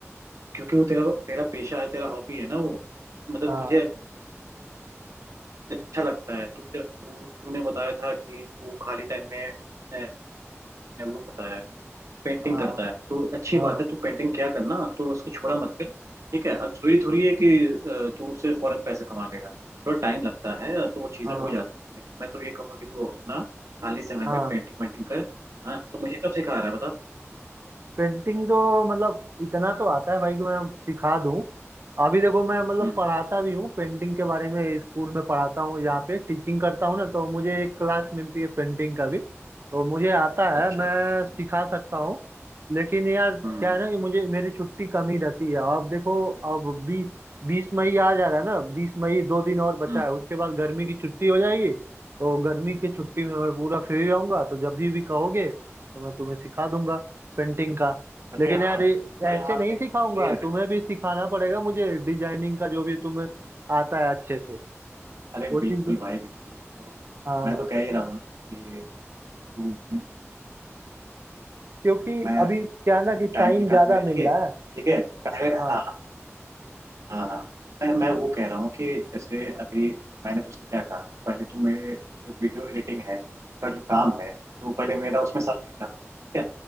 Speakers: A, on the right; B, on the right.
A: क्योंकि वो तेरा तेरा पेशा है तेरा हॉबी है ना वो मतलब
B: हाँ
A: तुझे अच्छा लगता है तुझे तू तूने बताया था कि तू खाली टाइम में अ, वो होता है पेंटिंग
B: हाँ
A: करता है तो अच्छी
B: हाँ
A: बात है तू पेंटिंग क्या करना तो इसको छोड़ा मत कर ठीक है अब थोड़ी थोड़ी है कि अ, तू उससे फौरन पैसे कमा लेगा थोड़ा टाइम लगता है तो वो चीज़ें
B: हाँ
A: हो जाती है लेकिन मैं तो ये कहूँगा कि तू अपना खाली समय
B: हाँ
A: में पेंटिंग वेंटिंग कर हाँ तो मुझे कब सिखा रहा है बता
B: पेंटिंग तो मतलब इतना तो आता है भाई कि मैं सिखा दूं अभी देखो मैं मतलब
A: हम्म
B: पढ़ाता भी हूँ पेंटिंग के बारे में स्कूल में पढ़ाता हूँ यहाँ पे टीचिंग करता हूँ ना तो मुझे एक क्लास मिलती है पेंटिंग का भी तो मुझे आता
A: अच्छा
B: है मैं सिखा सकता हूँ लेकिन यार क्या
A: हम्म
B: है ना कि मुझे मेरी छुट्टी कम ही रहती है अब देखो अब बीस बीस मई आ जा रहा है ना बीस मई दो दिन और बचा
A: हम्म
B: है उसके बाद गर्मी की छुट्टी हो जाएगी तो गर्मी की छुट्टी में मैं पूरा फ्री रहूंगा तो जब भी भी कहोगे तो मैं तुम्हें सिखा दूंगा पेंटिंग का
A: अरे
B: लेकिन
A: हाँ
B: यार ये
A: अरे
B: ऐसे
A: हाँ
B: नहीं
A: नहीं,
B: सिखाऊंगा
A: सही रहा
B: तुम्हें भी सिखाना पड़ेगा मुझे डिजाइनिंग का जो भी तुम्हें आता है अच्छे से
A: अरे
B: वो चीज
A: बिल्कुल भाई बिल्कुल मैं तो
B: हाँ
A: मैं तो कह ही रहा हूँ ना कि तू
B: क्योंकि
A: मैं
B: अभी
A: तू
B: क्या ना कि
A: टाइम
B: टाइम
A: निकाल
B: ज्यादा
A: मेरे
B: मिल
A: लिए
B: रहा
A: ठीक
B: है
A: है पहले
B: हाँ
A: हाँ हाँ हाँ मैं मैं वो कह रहा हूँ कि जैसे अभी मैंने तो उससे क्या कहा पहले तो मेरे जो वीडियो एडिटिंग है का जो
B: हाँ
A: काम है तो पहले मेरा उसमें साथ देगा ठीक है